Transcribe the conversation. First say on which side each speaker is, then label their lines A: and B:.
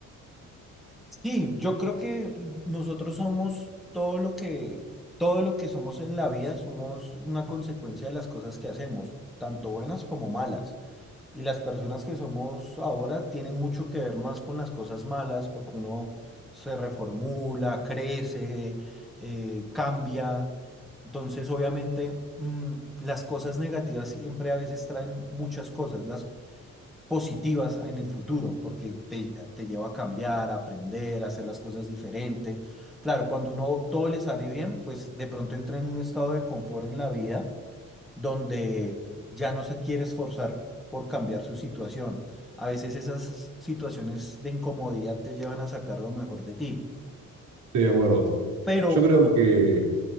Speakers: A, in the centre; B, on the right.
A: Sí, yo creo que nosotros somos todo lo que, todo lo que somos en la vida, somos una consecuencia de las cosas que hacemos, tanto buenas como malas. Y las personas que somos ahora tienen mucho que ver más con las cosas malas, porque uno se reformula, crece, eh, cambia. Entonces, obviamente, mm, las cosas negativas siempre a veces traen muchas cosas. Las positivas en el futuro, porque te, te lleva a cambiar, a aprender, a hacer las cosas diferente. Claro, cuando uno todo le sale bien, pues de pronto entra en un estado de confort en la vida donde ya no se quiere esforzar por cambiar su situación. A veces esas situaciones de incomodidad te llevan a sacar lo mejor de ti,
B: Estoy de acuerdo.
A: pero,
B: Yo creo
A: No,
B: que...